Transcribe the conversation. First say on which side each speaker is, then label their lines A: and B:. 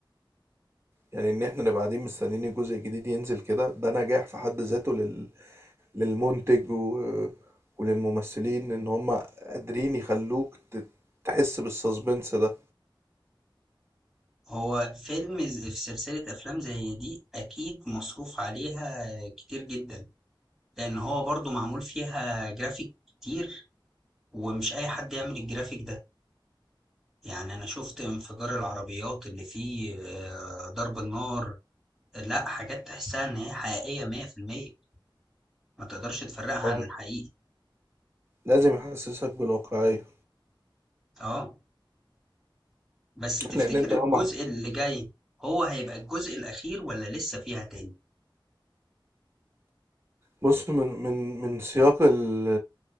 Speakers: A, on the right; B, in the centre.
A: يعني ان احنا نبقى قاعدين مستنيين الجزء الجديد ينزل كده ده نجاح في حد ذاته لل... للمنتج و... وللممثلين ان هم قادرين يخلوك ت- تحس بالسسبنس ده
B: هو فيلم ز- في سلسلة افلام زي دي اكيد مصروف عليها كتير جدا لان هو برضو معمول فيها جرافيك كتير ومش اي حد يعمل الجرافيك ده يعني أنا شفت انفجار العربيات اللي فيه آه، ضرب النار لا حاجات تحسها إن هي حقيقية 100% ما تقدرش تفرقها
A: آه،
B: عن الحقيقي
A: لازم يحسسك بالواقعية
B: اه بس تفتكر
A: لأن أنت
B: الجزء
A: لو ما
B: اللي جاي هو هيبقى الجزء الأخير ولا لسه فيها تاني
A: بص من من من سياق ال-